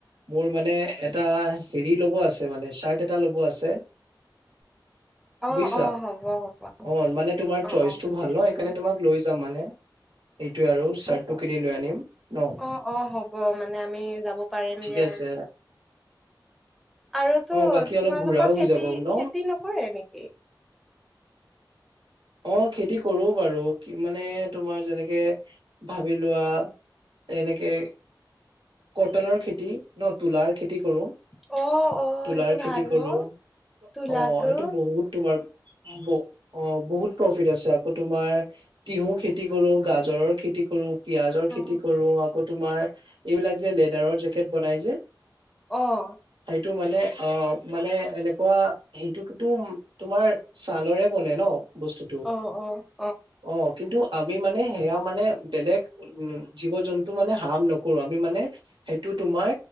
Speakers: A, on the right; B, in the centre.
A: মোৰ মানে এটা হেৰি ল'ব আছে মানে চাৰ্ট এটা ল'ব আছে
B: <inaudible>
A: বুজিছা
B: হ'ব হ'ব
A: অ মানে তোমাৰ
B: অ
A: চইচটো
B: অ বুজিছো
A: ভাল ন, সেইকাৰণে তোমাক লৈ যাম মানে এইটোয়ে আৰু চাৰ্টটো
B: হব,
A: কিনি লৈ আনিম ন
B: অ, অ, হ'ব মানে আমি যাব পাৰিম
A: ঠিকে
B: দিয়া
A: আছে
B: আৰুতো
A: অ বাকী
B: তোমালোকৰ
A: অলপ ঘূৰাও
B: খেতি
A: হৈ যাব ন
B: খেতি নকৰে নেকি?
A: অ খেতি কৰো বাৰু কি মানে তোমাৰ যেনেকে ভাবি লোৱা এনেকে কটনৰ খেতি ন, তুলাৰ খেতি কৰো
B: অ, অ,
A: তুলাৰ
B: সেইটো
A: খেতি
B: ভাল
A: কৰো
B: ন? তোলাটো
A: অ, এইটো বহুত তোমাৰ ব অ বহুত প্ৰফিট আছে আকৌ তোমাৰ তিহু খেতি কৰো গাজৰৰ খে খেতি কৰো পিয়াজৰ
B: অ
A: খেতি কৰো আকৌ তোমাৰ এইবিলাক যে লেডাৰৰ জেকেট বনাই যে৷
B: অহ।
A: সেইটো মানে অ মানে এনেকুৱা সেইটো তোমাৰ ছালৰে বনে ন? বস্তুটো
B: অ, অ।
A: অ কিন্তু আমি মানে সেয়া মানে বেলেগ উম জীৱ- জন্তু মানে কাম নকৰো আমি মানে সেইটো তোমাৰ,